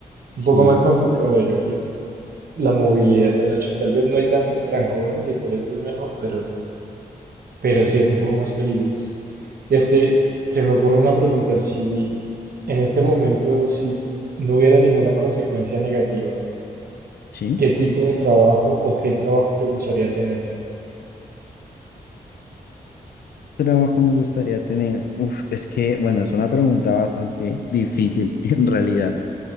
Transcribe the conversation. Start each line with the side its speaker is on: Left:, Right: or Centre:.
Left: sí,
Right: un poco más complicado, yo creo. La movilidad de noche, tal vez no hay tantos trancones y por eso es mejor, pero, pero sí es un poco más peligroso. Este, se me ocurre una pregunta, si en este momento, si no hubiera ninguna consecuencia negativa,
Left: sí.
Right: ¿qué tipo de trabajo o qué trabajo te gustaría tener?
Left: trabajo me gustaría tener? Uf, es que, bueno, es una pregunta bastante difícil <laughs> en realidad,